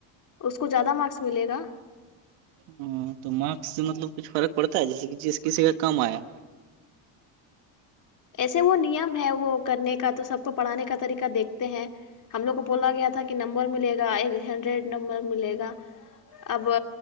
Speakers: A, on the left; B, on the right.
A: اس کو زیادہ مارکس ملے گا
B: ہاں تو مارکس سے مطلب کچھ فرق پڑتا ہے جیسے جس کسی کا کام آیا
A: ایسے وہ نیم ہے وہ کرنے کا تو سب کو پڑھانے کا طریقہ دیکھتے ہیں ہم لوگ کو بولا گیا تھا کہ نمبر ملے گا ایک ہینڈریڈ نمبر ملے گا اب